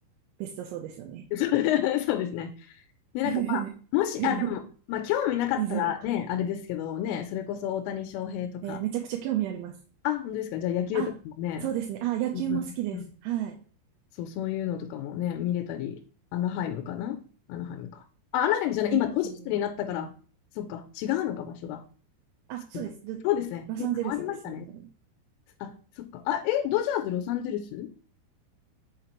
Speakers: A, on the right; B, on the left.
A: ベストそうですよね。
B: そう <laughs> そうですね。で、
A: <laughs>
B: なんかまあ、もし、
A: デ
B: あ、でも、まあ、興味なかったらね、
A: ィズニーか。
B: あれですけどね、それこそ大谷翔平とか、
A: えーめちゃくちゃ興味あります。
B: あ、本当ですか。じゃあ野球とかもね、
A: あ、そうですね。あ、野球も好きです。
B: うんうんうんうん
A: はい。
B: そう、そういうのとかもね、見れたり、アナハイムかなアナハイムか。あ、アナハイムじゃない、
A: うんうんうん、
B: 今、ドジャースになったから、そっか、違うのか、場所が。
A: あ、
B: そうだそうですね、
A: そうです。ロロサンゼルスですね。
B: 今変わりましたね。
A: それも
B: あ、そっか。あ、え、ドジャース、ロサンゼルス